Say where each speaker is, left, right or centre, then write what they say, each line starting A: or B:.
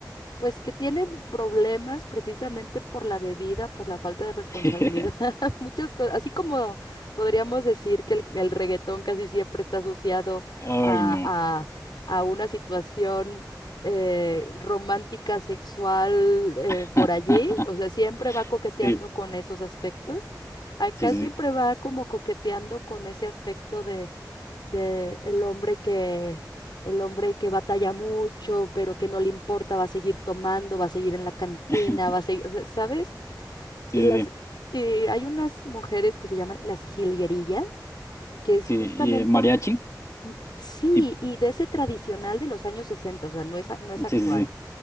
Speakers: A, on the left; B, on the left.
A: pues que tienen problemas precisamente por la bebida, por la falta de responsabilidad,
B: <laughs>
A: <laughs> muchas cosas. Así como podríamos decir que el, el reggaetón casi siempre está asociado
B: Ay,
A: a,
B: no.
A: a- a una situación eh, romántica, sexual, eh,
B: <laughs>
A: por allí. O sea, siempre va coqueteando
B: Sí,
A: con esos aspectos. Acá
B: sí, sí,
A: siempre
B: sí.
A: va como coqueteando con ese aspecto de el hombre que el hombre que batalla mucho, pero que no le importa, va a seguir tomando, va a seguir en la cantina,
B: <laughs>
A: va a seguir, o sea, ¿sabes?
B: Sí,
A: Y
B: sí,
A: las
B: sí.
A: Sí. y hay unas mujeres que se llaman las jilguerillas, que es
B: Sí,
A: justamente
B: y, eh, mariachi.
A: Mm, m- m- sí,
B: tip-
A: y de ese tradicional de los años 60 o sea, no es a- no es
B: Sí,
A: actual,
B: sí, sí.